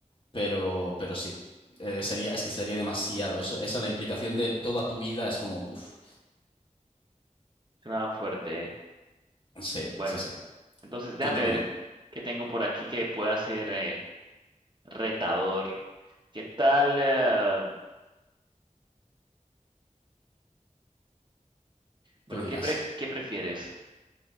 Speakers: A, on the left; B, on the right.
A: pero, pero sí. Eh, sería, es que sería demasiado. Eso, esa es la implicación de toda tu vida es como, buf.
B: Suena fuerte, ¿eh?
A: Sí,
B: Bueno,
A: sí, sí.
B: entonces déjame
A: Tu turno,
B: ver qué tengo por aquí que pueda ser eh, retador. ¿Qué tal? eh, bueno,
A: tú dirás.
B: ¿qué pref- qué prefieres?